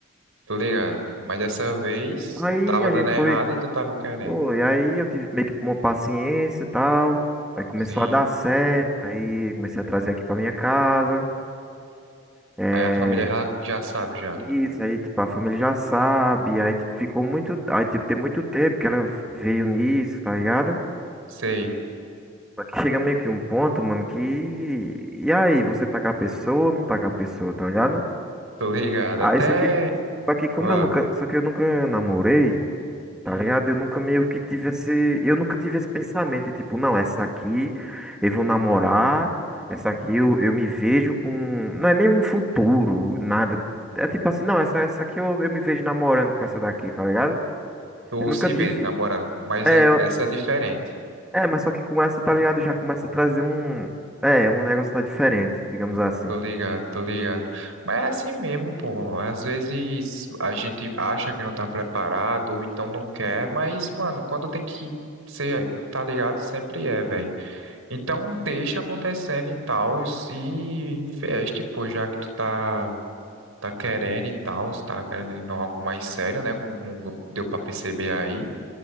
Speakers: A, on the right (about 80°); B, in the centre.
A: tô ligado. Mas dessa vez,
B: Aí
A: tava
B: a
A: dando
B: gente
A: errado
B: foi,
A: e tu tava querendo.
B: pô, e aí eu tive meio que uma paciência e tal. Aí começou
A: Sim,
B: a dar certo, aí comecei a trazer aqui pra minha casa. É.
A: aí a família já, já sabe já.
B: Isso, aí, tipo, a família já sabe, aí, tipo, ficou muito, aí, tipo, tem muito tempo que ela veio nisso, tá ligado?
A: Sei,
B: Só que chega meio que um ponto, mano, que. E aí, você tá com a pessoa ou não tá com a pessoa, tá ligado?
A: tô ligado.
B: Aí,
A: Até,
B: só que. Só que como
A: vá,
B: eu nunca. Só que eu nunca namorei, tá
A: hum,
B: ligado? Eu nunca meio que tive esse. Eu nunca tive esse pensamento, tipo, não, essa aqui eu vou namorar. Essa aqui eu, eu me vejo com. Não é nem um futuro, nada. É tipo assim, não, essa, essa aqui eu, eu me vejo namorando com essa daqui, tá ligado?
A: tu
B: Eu nunca
A: se
B: tive.
A: vê namorando, com- mas
B: É,
A: é,
B: eu
A: essa é a diferença.
B: É, mas só que com essa, tá ligado? Já começa a trazer um. É, um negócio tá diferente, digamos assim.
A: Tô ligado, tô ligado. Mas é assim mesmo, pô. Às vezes a gente acha que não tá preparado ou então não quer, mas, mano, quando tem que ser, tá ligado, sempre é, velho. Então deixa acontecendo e tal, e investe, pô, já que tu tá, tá querendo e tal, se tá querendo algo mais sério, né? Como deu pra perceber aí.